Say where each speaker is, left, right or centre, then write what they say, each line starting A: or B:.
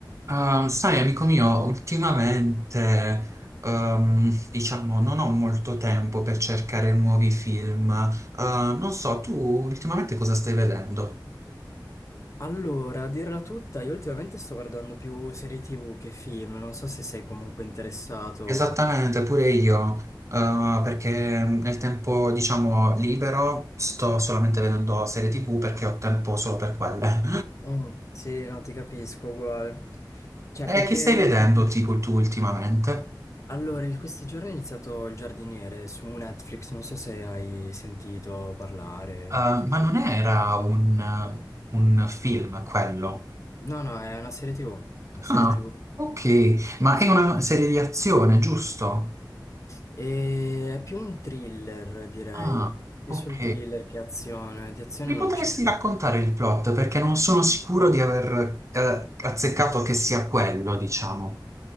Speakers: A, on the right; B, on the left.
A: Ah, sai, amico mio, ultimamente, ehm, diciamo, non ho molto tempo per cercare nuovi film. Eh, non so, tu ultimamente cosa stai vedendo?
B: Allora, a dirla tutta, io ultimamente sto guardando più serie TV che film, non so se sei comunque interessato.
A: Esattamente, pure io, eh, perché nel tempo, diciamo, libero sto solamente vedendo serie TV perché ho tempo solo per quelle.
B: Mm, sì, no, ti capisco, uguale. Cioè,
A: <laughs>
B: più
A: E
B: che...
A: che stai vedendo, tipo, tu ultimamente?
B: Allora, in questi giorni ho iniziato Il giardiniere su Netflix, non so se hai sentito parlare.
A: Eh,
B: Sì.
A: ma non era un un film quello?
B: No, no, è una serie TV, una serie
A: Ah,
B: TV.
A: ok, ma è una serie di azione, giusto?
B: E è più un thriller, direi.
A: Ah,
B: Più
A: ok.
B: sul thriller che azione, di azione
A: Mi
B: non
A: potresti
B: c'è.
A: raccontare il plot perché non sono sicuro di aver eh, azzeccato che sia quello, diciamo.